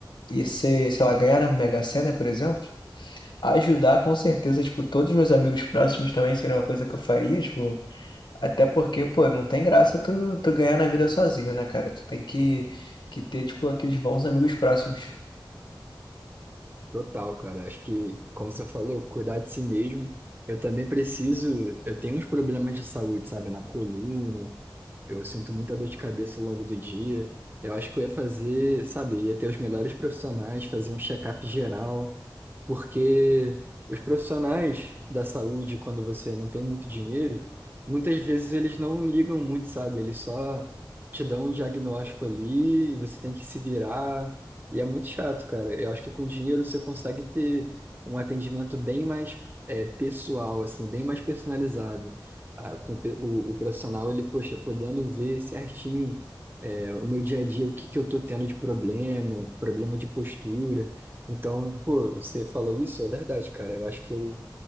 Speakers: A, on the left (about 70°); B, on the right (about 25°).
A: e ser, sei lá, ganhar na Mega Sena, por exemplo. Ajudar, com certeza, tipo, todos os meus amigos próximos também seria uma coisa que eu faria, tipo, até porque, pô, não tem graça tu, tu ganhar na vida sozinho, né, cara? Tu tem que, que ter, tipo, aqueles bons amigos próximos.
B: Total, cara. Acho que, como você falou, cuidar de si mesmo. Eu também preciso. Eu tenho uns problemas de saúde, sabe? Na coluna. Eu sinto muita dor de cabeça ao longo do dia. Eu acho que eu ia fazer, sabe? Ia ter os melhores profissionais, fazer um check-up geral. porque os profissionais da saúde, quando você não tem muito dinheiro, muitas vezes eles não ligam muito, sabe? Eles só te dão um diagnóstico ali, e você tem que se virar, e é muito chato, cara. Eu acho que com dinheiro você consegue ter um atendimento bem mais é, pessoal, assim, bem mais personalizado. Ah, com pe- o, o profissional, ele, poxa, podendo ver certinho. é, o meu dia a dia, o que que eu tô tendo de problema, problema de postura. Então, pô, você falou isso, é verdade, cara. Eu acho que eu,